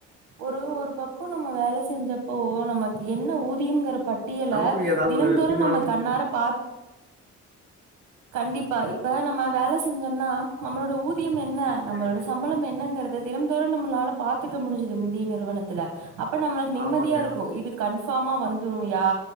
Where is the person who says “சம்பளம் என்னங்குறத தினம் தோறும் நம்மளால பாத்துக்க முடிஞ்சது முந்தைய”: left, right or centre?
Right